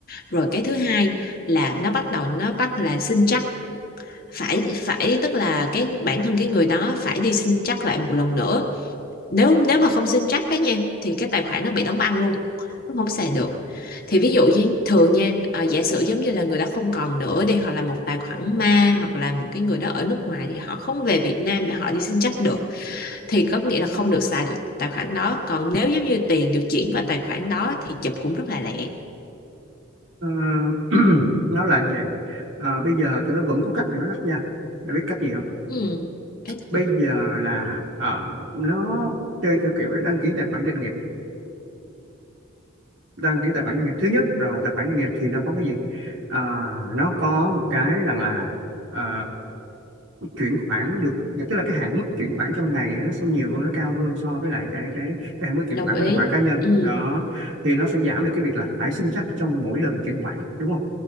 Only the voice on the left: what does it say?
rồi cái thứ hai là nó bắt đầu nó bắt là xin chắc phải phải tức là cái bản thân cái người đó phải đi xin chắc lại một lần nữa nếu nếu mà không xin chắc cái nha thì cái tài khoản nó bị đóng băng luôn nó không xài được thì ví dụ như thường nha à, giả sử giống như là người đó không còn nữa đi hoặc là một tài khoản ma hoặc là một cái người đó ở nước ngoài thì họ không về Việt Nam để họ đi xin chắc được thì có nghĩa là không được xài được tài khoản đó còn nếu giống như tiền được chuyển vào tài khoản đó thì chụp cũng rất là lẹ
ừ, cái
gì
đồng
ý
ừ.